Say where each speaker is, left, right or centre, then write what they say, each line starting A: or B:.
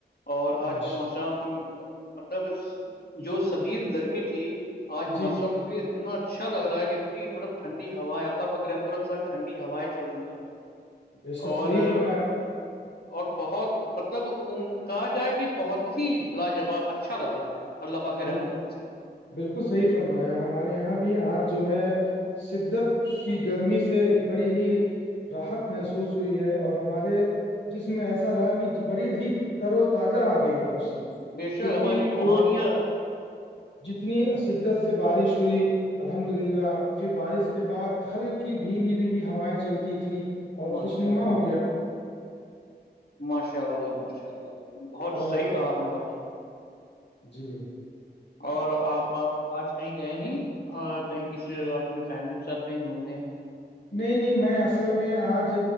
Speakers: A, on the left; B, on the left.
A: اور آج
B: ماشاء
A: کا موسم مطلب جو شدید گرمی تھی
B: اللہ
A: آج
B: جی
A: موسم
B: جی
A: پہ اتنا اچھا لگ رہا ہے کہ اتنی مطلب ٹھنڈی ہوا ہے اللہ پاک کے رحمو کرم سے ٹھنڈی ڈی ہوائیں چل رہی ہیں
B: بے شک
A: اور
B: صحیح فرمایا
A: اور بہت مطلب ام کہا جائے کہ بہت ہی لاجواب اچھا لگ رہا ہے اللہ پاک کے
B: بال-
A: رحمو کرم سے
B: بالکل صحیح فرمایا ہمارے یہاں بھی آج جو ہے شدت کی گرمی سے بڑی ہی راحت محسوس ہوئی ہے اور ہمارے جسم میں ایسا لگا کہ بڑی ہی تر و تازہ آ گئی ہو واپسی کیونکہ
A: بے شک ہماری روحانیت
B: جو جتنی شدت سے بارش ہوئی الحمد للہ پھر بارش کے بعد ہلکی بھینگی بھیگی ہوائیں چلتی تھیں اور
A: ماشاء
B: خوشنما
A: اللہ
B: ہو گیا
A: ماشاء اللہ ماشاء اللہ بہت
B: اور
A: صحیح
B: بتائیں
A: کہا آپ نے بھائی جان
B: جی
A: اور آپ آج کہیں گئے نہیں اور کہیں کسی اور اپنی فیملی کے ساتھ کہیں گھومنے
B: نہیں نہیں میں اصل میں آج